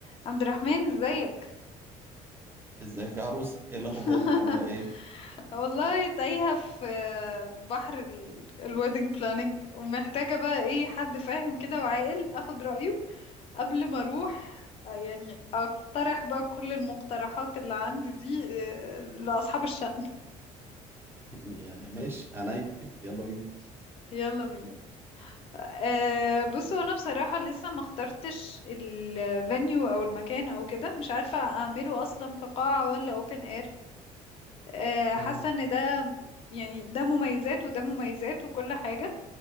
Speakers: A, on the left; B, on the right.
A: عبد الرحمن ازيك
B: ازيك يا عروسه ايه الاخبار
A: <laughs>
B: عامله ايه
A: والله تايهة في بحر الويدنج بلاننج ومحتاجة بقى ايه حد فاهم كده وعاقل اخد رأيه قبل ما اروح آه، يعني اقترح بقى كل المقترحات اللي عندي دي آه، لأصحاب الشأن
B: <laughs> يعني ماشي عينيا يلا بينا
A: <laughs> يلا بينا آه، بصوا انا بصراحة لسه ما اخترتش الفانيو او المكان او كده مش عارفة اعمله اصلا في قاعة ولا open air آه،
B: مم.
A: حاسة ان ده يعني ده مميزات وده مميزات وكل حاجة